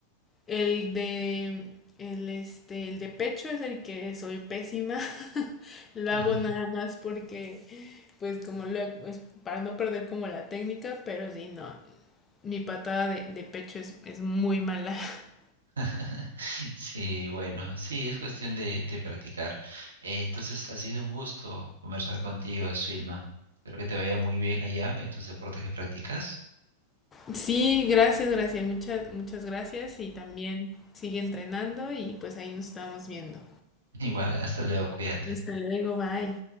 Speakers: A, on the left (about 20°); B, on the right (about 70°).
A: el de, el, este, el de pecho es el que soy pésima. <laughs> Lo
B: <laughs>
A: hago nada más porque, pues como lo, es para no perder como la técnica, pero sí, no. Mi patada de, de pecho es, es muy mala. <laughs>
B: <laughs> Sí, bueno, sí, es cuestión de, de practicar. Eh, entonces, ha sido un gusto conversar contigo, Silma. Espero que te vaya muy bien allá en tus deportes que practicas.
A: Sí, gracias, gracias, muchas, muchas gracias y también sigue entrenando y pues ahí nos estamos viendo.
B: <laughs> Igual, hasta luego, cuídate.
A: Hasta luego, bye.